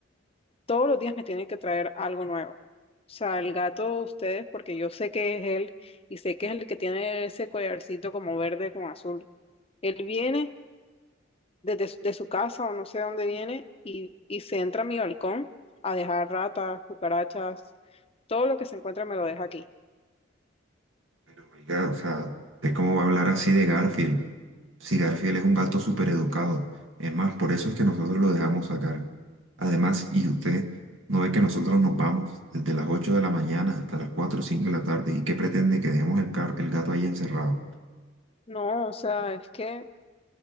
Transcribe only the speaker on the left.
todos los días me tiene que traer algo nuevo. O sea, el gato, ustedes, porque yo sé que es él y sé que es el que tiene ese collarcito como verde con azul. Él viene desde su- de su casa o no sé dónde viene y, y se entra a mi balcón a dejar ratas, cucarachas, todo lo que se encuentra me lo deja aquí.
No, o sea, es que